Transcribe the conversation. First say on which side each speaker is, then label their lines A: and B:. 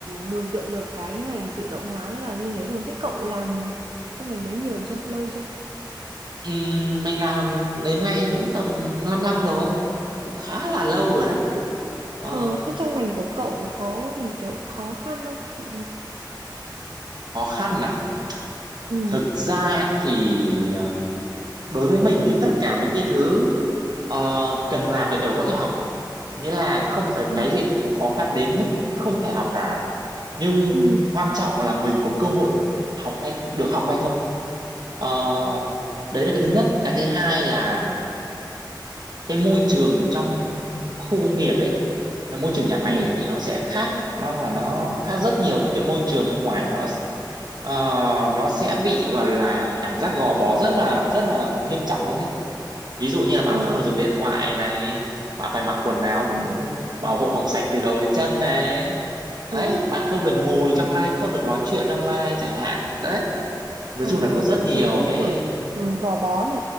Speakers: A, on the right; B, on the right.
A: mường tượng được cái ngành tự động hóa nó là như thế rồi. Thế cậu làm trong ngành đấy nhiều chưa? Lâu chưa?
B: Ừm, mình làm đến nay cũng tầm 5 năm rồi cũng khá là lâu
A: Ừ,
B: rồi
A: chứ-
B: đấy ờ,
A: Ờ, thế trong ngành của cậu có gì kiểu khó khăn không? ừ,
B: khó khăn à
A: ừ,
B: thực ra thì ờ, đối với mình thì tất cả những cái thứ ờ, cần làm thì đều có thể học nghĩa là không phải
A: Ừ,
B: cái gì cũng khó khăn đến mức không thể học cả nhưng
A: ừ,
B: quan trọng là mình có cơ hội học hay được học hay không Ờ, đấy là cái thứ nhất cái thứ hai là cái môi trường trong khu công nghiệp ấy là môi trường nhà máy
A: ừ,
B: ấy, thì nó sẽ khác nó và nó khác rất nhiều với cái môi trường bên ngoài nó ờ, nó sẽ bị gọi là cảm giác gò bó rất là rất là nghiêm trọng luôn ấy ví dụ như là bạn
A: ờ,
B: không được dùng điện thoại này bạn phải mặc quần áo
A: ừ.
B: ừ, bảo hộ phòng sạch từ đầu đến chân này
A: ừ,
B: đấy bạn không được ngồi
A: thế,
B: trong live không được nói chuyện trong live chẳng hạn đấy
A: ờ,
B: nói chung là có rất nhiều
A: thế cũng
B: cái
A: kiểu ừ, gò bó nhỉ?